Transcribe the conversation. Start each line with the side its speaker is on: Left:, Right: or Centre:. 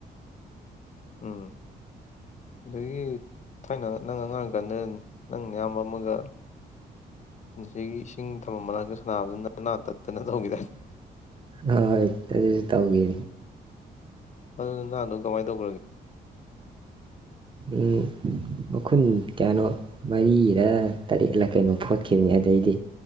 Left: ꯎꯝ ꯑꯗꯨꯗꯒꯤ ꯊꯥꯏꯅ ꯅꯪ ꯑꯉꯥꯡꯀꯥꯟꯗ ꯅꯪ ꯑꯌꯥꯝꯕ ꯑꯃꯒ ꯁꯤꯒꯤ ꯏꯁꯤꯡ ꯊꯝꯃ ꯃꯔꯒ ꯁꯥꯟꯅꯕꯗꯨꯅ ꯅꯅꯥ ꯇꯠꯇꯅ ꯇꯧꯒꯤꯗꯥꯏꯅꯦ?
Right: ꯍꯣꯏ ꯑꯗꯨꯁꯨ ꯇꯧꯒꯤ꯫
Left: ꯑꯗꯨꯅ ꯅꯍꯥꯟꯗꯣ ꯀꯃꯥꯏꯅ ꯇꯧꯈ꯭ꯔꯒꯦ?
Right: ꯎꯝ ꯃꯈꯨꯟ ꯀꯌꯥꯅꯣ ꯃꯔꯤꯔ ꯇꯔꯦꯠꯂꯥ ꯀꯩꯅꯣ ꯐꯣꯠꯈꯤꯕꯅꯤ ꯑꯗꯩꯗꯤ